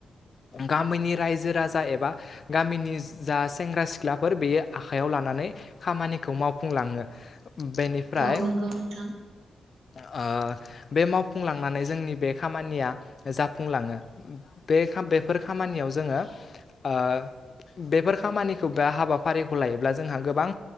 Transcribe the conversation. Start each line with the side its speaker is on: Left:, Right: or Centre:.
Left: गामिनि रायजो राजा एबा गामिनि जा सेंग्रा सिख्लाफोर बेयो आखायाव लानानै खामानिखौ मावफुंलाङो। बेनिफ्राय
Right: औ नंगौ नोंथां
Left: आ बे मावफुंलांनानै जोंनि बे खामानिया जाफुंलाङो बे खा बेफोर खामानियाव जोङो ओ बेफोर खामानिखौ बा हाबाफारिखौ लायोब्ला जोंहा गोबां